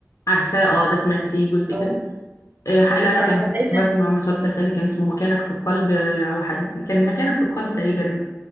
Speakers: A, on the left (about 80°); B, on the right (about 40°).
A: عارفاه اه ده سمعت فيه جزء
B: اه
A: كده آه، ح- لا انا
B: ف- فدايما
A: كان كنت بسمع مسلسل تاني كان اسمه مكانك في القلب آه، او حد كان مكانك في القلب تقريبا